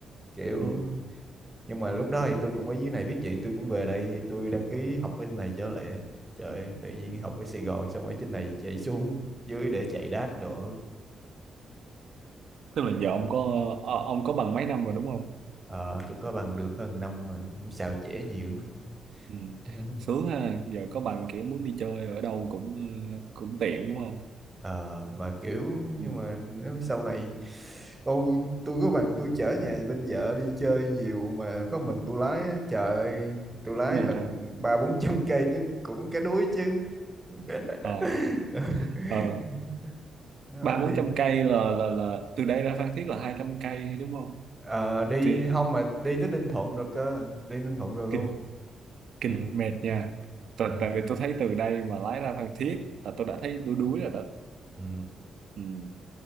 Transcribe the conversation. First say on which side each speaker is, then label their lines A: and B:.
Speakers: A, on the right; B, on the right.
A: kiểu
B: Ừ.
A: nhưng mà lúc đó thì tôi cũng ở dưới này biết vậy tôi cũng về đây tôi đăng ký học ở này trở lại trời tự nhiên học ở Sài Gòn xong ở trên này chạy xuống dưới để chạy đát đồ
B: tức là giờ ông có ờ, ông có bằng mấy năm rồi đúng không
A: Ờ, tôi có bằng được hơn năm rồi cũng xào trễ nhiều
B: Ừ.
A: <laughs>
B: Sướng ha, giờ có bằng kiểu muốn đi chơi ở đâu cũng cũng tiện đúng không?
A: Ờ, mà kiểu nhưng
B: Ừ.
A: mà nếu sau này tôi tôi có bằng tôi chở nhà bên vợ đi chơi nhiều mà có mình tôi lái á, trời ơi, tôi lái
B: mệt
A: lần
B: hả
A: ba bốn trăm <laughs> cây đi- cũng cái đuối chứ <laughs>
B: Ờ, ờ,
A: nó
B: ba
A: đi
B: bốn trăm cây là là là từ đây ra Phan Thiết là hai trăm cây đúng không?
A: Ờ, đi
B: Thì,
A: không mà đi tới Ninh Thuận rồi cơ đi Ninh Thuận rồi luôn
B: kinh kinh
A: ừ
B: mệt nha. Tại,
A: ừ
B: tại vì tôi thấy từ đây mà lái ra Phan Thiết là tôi đã thấy đuối đuối rồi đó.
A: ừ
B: Ừ.